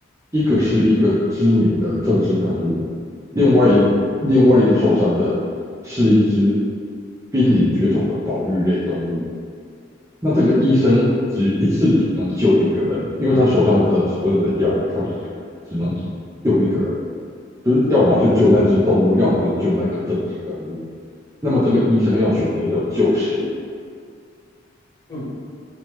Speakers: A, on the right; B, on the left.
A: 一个是一个知名的政治人物，另外一另外一个受伤的是一只
B: 嗯
A: 濒临绝种的保育类动物。那这个医生只一次只能救一个人，
B: 嗯
A: 因为他手上的所有的药，他只只能救一个人。就是要么就救那只动物，要么就救那个政治人物。那么这个医生要选择要救谁？
B: 嗯，